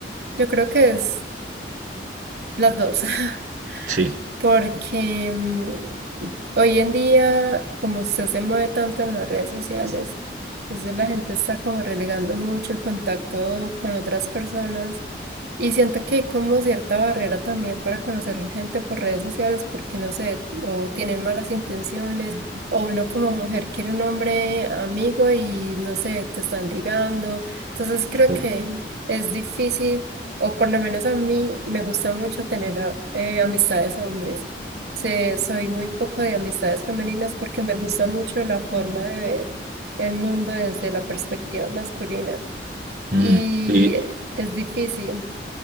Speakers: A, on the right; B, on the right.
A: Yo creo que es las dos,
B: Sí,
A: <laughs> porque mm, hoy en día, como usted se mueve tanto en las redes sociales, entonces la gente está como relegando mucho el contacto con otras personas Y siento que hay como cierta barrera también para conocer gente por redes sociales porque no sé, o tienen malas intenciones, o uno como mujer quiere un hombre amigo y no sé, te están ligando. Entonces creo
B: claro.
A: que es difícil, o por lo menos a mí me gusta mucho tener a- eh, amistades hombres. Sé- soy muy poco de amistades femeninas porque me gusta mucho la forma de ver el mundo desde la perspectiva masculina.
B: Mm,
A: Y
B: Y
A: es difícil.